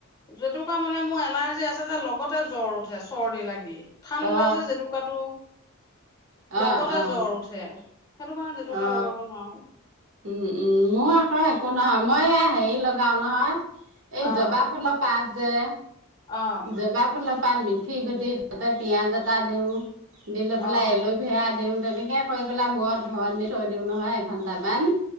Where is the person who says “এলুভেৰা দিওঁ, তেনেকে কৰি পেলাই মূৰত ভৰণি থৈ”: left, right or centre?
Right